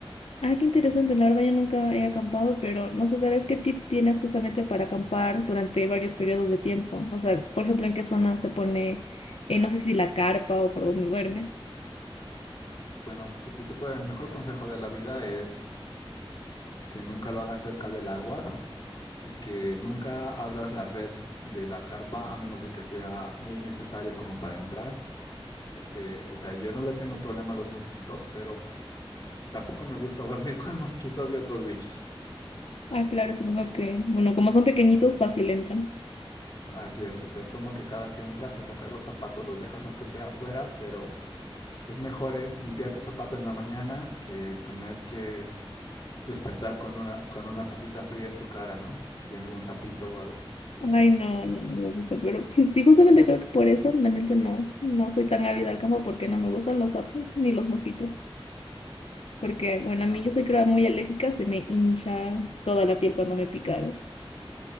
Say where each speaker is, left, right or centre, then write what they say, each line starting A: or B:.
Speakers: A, on the left; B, on the left.
A: Ah, qué interesante, la verdad yo nunca he acampado, pero no sé, tal vez qué tips tienes justamente para acampar durante varios periodos de tiempo. O sea, por ejemplo, en qué zona se pone, eh, no sé si la carpa o por dónde duermes.
B: Bueno, pues yo te puedo, el mejor consejo de la vida es que nunca lo hagas cerca del agua y que nunca abras la red de la carpa a menos de que sea muy necesario como para entrar. Que, o sea, yo no le tengo problema a los mosquitos, pero tampoco me gusta <laughs> dormir con mosquitos y otros bichos.
A: Ah, claro, supongo que, bueno, como son pequeñitos, fácil entran.
B: Así es, o sea, es como que cada que entras te sacas los zapatos, los dejas aunque sea afuera, pero es mejor es limpiar tu zapato en la mañana que tener que despertar con una, con una patita fría en tu cara, ¿no? De algún sapito o algo.
A: Ay, no, no, no me gusta, pero <laughs> sí, justamente creo que por eso realmente no, no soy tan ávida al campo porque no me gustan los sapos ni los mosquitos. Porque, bueno, a
B: No.
A: mí yo soy creo muy alérgica, se me hincha toda la piel cuando me pica